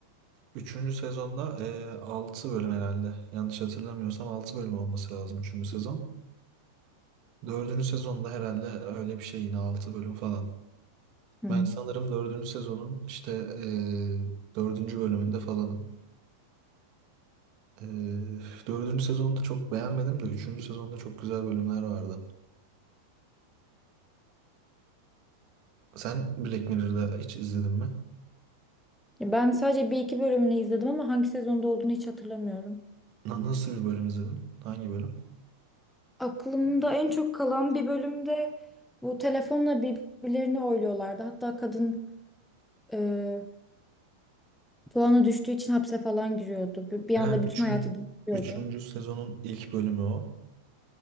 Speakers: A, on the right; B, in the centre.
A: Üçüncü sezonda ee, altı bölüm herhalde. Yanlış hatırlamıyorsam 6 bölüm olması lazım üçüncü sezon. Dördüncü sezonda herhalde öyle bir şey yine altı bölüm falan.
B: Hı.
A: Ben sanırım dördüncü sezonun işte e, dördüncü bölümünde falanım. E, dördüncü sezonda çok beğenmedim de üçüncü sezonda çok güzel bölümler vardı. Sen Black Mirror'da hiç izledin mi?
B: Ya ben sadece bir iki bölümünü izledim ama hangi sezonda olduğunu hiç hatırlamıyorum.
A: Na- nasıl bir bölüm izledin? Hangi bölüm?
B: Aklımda en çok kalan bir bölümde Bu telefonla birbirlerini oyluyorlardı. Hatta kadın e, puanı düştüğü için hapse falan giriyordu. Bir, bir
A: Ha,
B: anda bütün
A: üçüncü,
B: hayatı değişiyordu.
A: üçüncü sezonun ilk bölümü o.